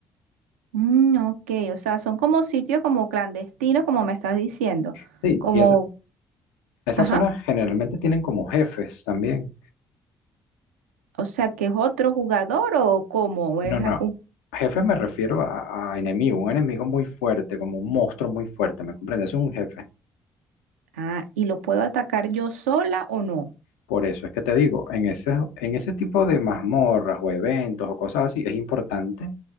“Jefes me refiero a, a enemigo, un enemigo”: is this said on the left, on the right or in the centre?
Left